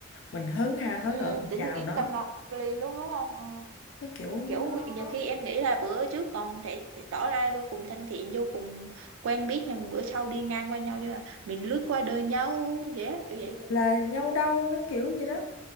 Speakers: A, on the left (about 65°); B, on the right (about 70°).
A: mình hớn ha hớn
B: ừ,
A: ở mình
B: tự
A: chào
B: nhiên
A: nó
B: tâm ngọt lên luôn đúng không ờ.
A: cái kiểu
B: kiểu
A: nó
B: nhiều khi em nghĩ là bữa trước còn thể, thể tỏ ra vô cùng thân thiện vô cùng quen biết nhưng bữa sau đi ngang qua nhau như là mình lướt qua đời nhau vậy á kiểu vậy
A: là nhau đâu cái kiểu gì đó